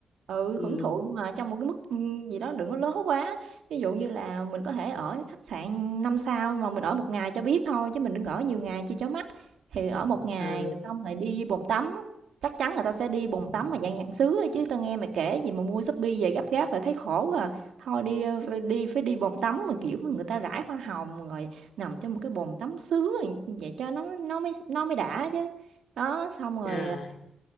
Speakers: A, on the right; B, on the left.
A: ừ,
B: ừ
A: hưởng thụ nhưng mà trong một cái mức, ưm, gì đó đừng có lớn quá. Ví dụ như là mình có thể ở cái khách sạn 5 sao mà mình ở một ngày cho biết thôi, chứ mình đừng ở nhiều ngày cho chó mắt Thì ở một ngày
B: ờ
A: rồi xong rồi đi bồn tắm, chắc chắn người ta sẽ đi bồn
B: ừ,
A: tắm mà dạng dạng sứa thôi chứ tao nghe mày kể gì mà mua Shopee về gấp gáp là thấy khổ quá à. Thôi đi, ơ, phải đi phải đi bồn tắm mà, kiểu, mà người ta rải hoa hồng rồi nằm trong một cái bồn tắm sứ rồi vậy cho nó nó mới nó mới đã chứ. Đó, xong rồi
B: trời
A: à,